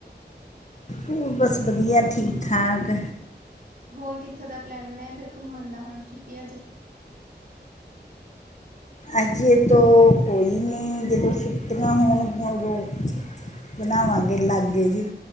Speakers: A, on the left (about 40°); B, on the right (about 55°).
A: ਹੋਰ ਬਸ ਵਧੀਆ ਠੀਕ -ਠਾਕ।
B: ਹੋਰ ਕਿੱਥੋਂ ਦਾ ਪਲੈਨ ਬਣਿਆਂ ਫਿਰ ਘੁੰਮਣ ਦਾ ਹੁਣ, ਛੁਟੀਆਂ ਚ
A: ਅਜ਼ੇ ਤੋਂ ਕੋਈ ਨੀ, ਜਦੋਂ ਛੁੱਟੀਆਂ ਹੋਣਗੀਆ ਉਦੋਂ। ਬਣਾਵਾਂਗੇ ਲਾਗੇ ਜੇ,